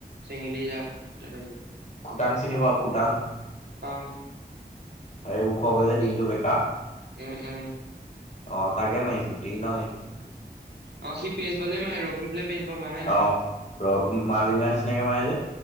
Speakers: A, on the right; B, on the left.
A: চেঙেলি যাম তেনেকে।
B: খুটং চিনিিবা খুটং?
A: পওঁ।
B: অ' উখ হতেে দিঙটো বা।
A: উম' উম'।
B: অ তাকে মাৰিছিলো, তিনিটা মাৰিছিলো।
A: অ' সি পেচ বলে মাৰে ৰখি পেলাই পেচ বল মাৰে হয় নাই?
B: অ' মালিগান ্নেকম যে।